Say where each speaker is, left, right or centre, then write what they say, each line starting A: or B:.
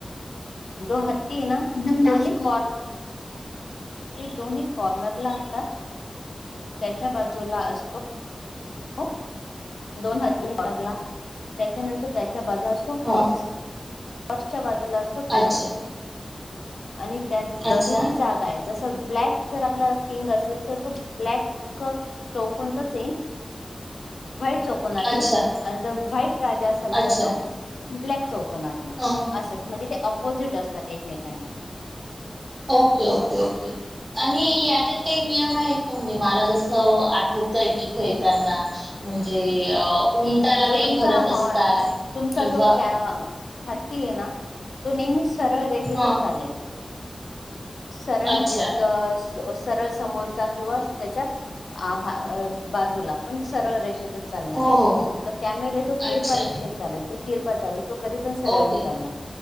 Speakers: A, on the left; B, on the right.
A: जो हत्ती आहे ना एकदम लांब. आणि ते दोन्ही कॉर्नरला असतात त्याच्या बाजूला असतो. हो दोन हत्ती कॉर्नरला त्याच्यानंतर. त्याच्या बाजूला असतो
B: हा
A: हॉर्स हॉर्सच्या बाजूला असतो पॅनल.
B: अच्छा
A: आणि त्याच
B: अच्छा
A: बाजूची जागा आहे. जस ब्लॅक जर आपला. किंग असेल तर तो ब्लॅक. चौकणत च येईन. व्हाईट चौकोनात
B: अच्छा
A: येईल आणि जर व्हाईट राजा असेल
B: अच्छा
A: तर तो. ब्लॅक चौकोन. चौकोनात येईल
B: हा
A: असच म्हणजे ते अपोजिट असतात एक. <unintelligible>
B: ओक्के ओक्के ओक्के आणि ह्याच्यात काई नियम आहेत का म्हणजे मला जसं आठवतंय की खेळताना म्हणजे अ उंटाला
A: जो
B: काही
A: तुमचा
B: घरच
A: हॉर
B: असतात
A: तुमचा
B: किंवा
A: जो क्या हत्ती ए ना. तू नेहमीच. सरळ रेषेतच
B: हा
A: चालेल. सरळ
B: अच्छा
A: म्हणजे च स. अ सरळ समोरचा किंवा त्याच्या आ हा अ बाजूला पण सरळ रेषेत. त चालणारे.
B: हो हो हो
A: त त्या मेले तो तीर
B: अच्छा
A: परिषेत चालेल तू. तीरपा चालेल. तो कधी पण सरळ
B: ओके
A: नाई चालणार.